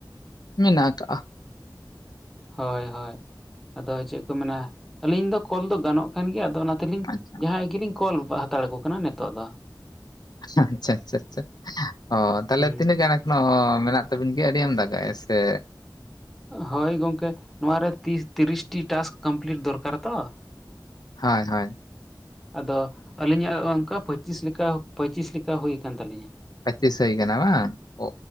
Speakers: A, on the left; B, in the centre.
A: ᱢᱮᱱᱟᱜ ᱟᱠᱟᱜᱼᱟ
B: ᱦᱳᱭ ᱦᱳᱭ ᱟᱫᱚ ᱪᱮᱫ ᱠᱚ ᱢᱮᱱᱟ ᱟᱹᱞᱤᱧ ᱫᱚ ᱠᱚᱞ ᱫᱚ ᱜᱟᱱᱚᱜ ᱠᱟᱱ ᱜᱮᱭᱟ ᱟᱫᱚ ᱚᱱᱟ ᱛᱮᱞᱤᱧ
A: ᱟᱪᱪᱷᱟ
B: ᱡᱟᱦᱟᱸᱭ ᱜᱮᱞᱤᱧ ᱠᱚᱞ ᱦᱟᱛᱟᱲ ᱠᱚ ᱠᱟᱱᱟ ᱱᱤᱛᱚᱜ ᱫᱚ
A: ᱟᱪᱪᱷᱟ ᱟᱪᱪᱷᱟ ᱚ ᱛᱟᱦᱚᱞᱮ
B: ᱦᱩᱸ
A: ᱛᱤᱱᱟᱹᱜ ᱜᱟᱱ ᱚᱱᱟ ᱦᱚ ᱢᱮᱱᱟᱜ ᱛᱟᱵᱤᱱ ᱜᱮᱭᱟ ᱟᱹᱰᱤ ᱟᱢᱫᱟ ᱜᱮ ᱥᱮ
B: ᱦᱳᱭ ᱜᱚᱝᱠᱮ ᱱᱚᱣᱟ ᱨᱮ ᱛᱤᱥ ᱛᱤᱨᱤᱥᱴᱤ ᱴᱟᱥᱠ ᱠᱚᱢᱯᱞᱤᱴ ᱫᱚᱨᱠᱟᱨᱟ ᱛᱚ
A: ᱦᱟᱭ ᱦᱟᱭ
B: ᱟᱫᱚ ᱟᱹᱞᱤᱧᱟᱜ ᱚᱝᱠᱟ ᱯᱚᱸᱪᱤᱥ ᱞᱮᱠᱟ ᱯᱚᱸᱪᱤᱥ ᱞᱮᱠᱟ ᱦᱩᱭ ᱟᱠᱟᱱ ᱛᱟᱹᱞᱤᱧᱟ
A: ᱯᱚᱸᱪᱤᱥ ᱦᱳᱭ ᱠᱟᱱᱟ ᱵᱟᱝ ᱚ